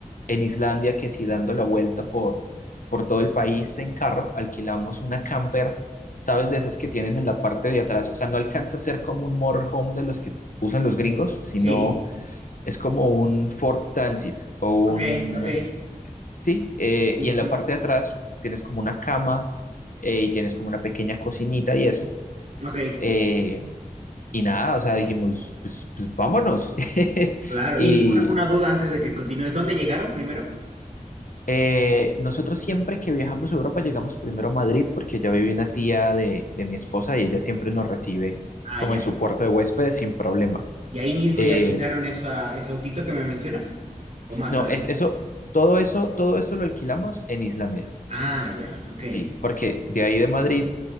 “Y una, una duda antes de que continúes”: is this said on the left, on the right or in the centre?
Right